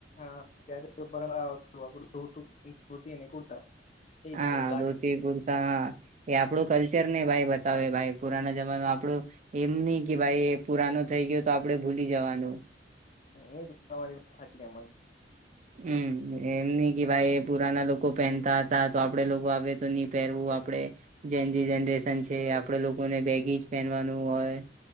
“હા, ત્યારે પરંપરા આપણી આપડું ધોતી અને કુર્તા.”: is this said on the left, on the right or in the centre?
Left